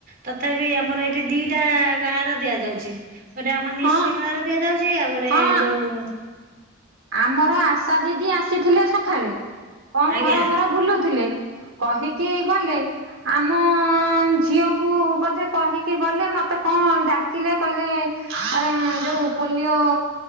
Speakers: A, on the right; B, on the right.
A: ତଥାପି ଆମର ଏଇଠି ଦିଟା ଗାଁ ଦିଆଯାଉଛି ଗୋଟେ ଆମର ନିଶି
B: ହଁ
A: ମେଳାର ଦିଆଯାଉଛି, ଆଉ ଗୋଟେ
B: ହଁ
A: ଯୋଉଁ
B: ଆମର ଆଶା ଦିଦି ଆସିଥିଲେ ସକାଳେ, କଣ
A: ଆଜ୍ଞା।
B: ଘର ଘର ବୁଲୁଥିଲେ। କହିକି ଗଲେ, ଆମ ଝିଅକୁ ବୋଧେ କହିକି ଗଲେ ମତେ କଣ ଡାକିଲେ କହିଲେ ଆରେ ଯୋଉଁ ପୋଲିଓଓ